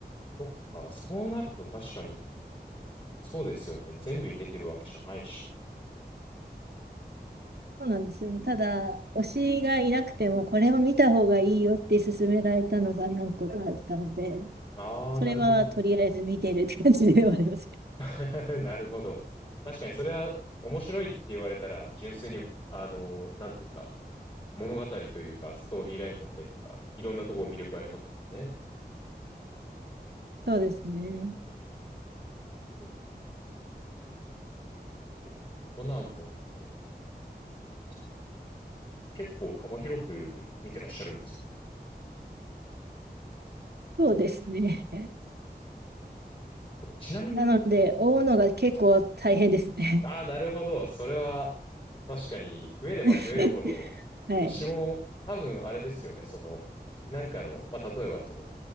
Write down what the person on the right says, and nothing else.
そうなんですよね。ただ、推しがいなくても、これを見た方がいいよって勧められたのが何個かあったので、
それはとりあえず見てるって感じではありますけ
ど。そうですね。
そうですね。
なので、追うのが結構大変ですね。
<laughs> はい。